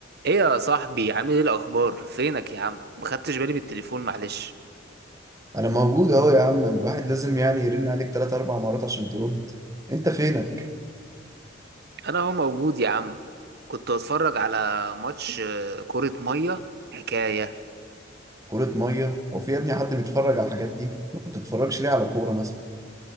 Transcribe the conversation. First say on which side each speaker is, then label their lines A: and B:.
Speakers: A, on the right; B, on the right.
A: ايه يا صاحبي عامل ايه الاخبار فينك يا عم ما خدتش بالي من التليفون معلش
B: انا موجود اهو يا عم الواحد لازم يعني يرن عليك تلات اربع مرات عشان ترد انت فينك
A: انا هو موجود يا عم كنت بتفرج على ماتش آه، كرة مية حكاية
B: كرة مية او في يا ابني حد بيتفرج على الحاجات دي ما بتتفرجش ليه على كورة مثلا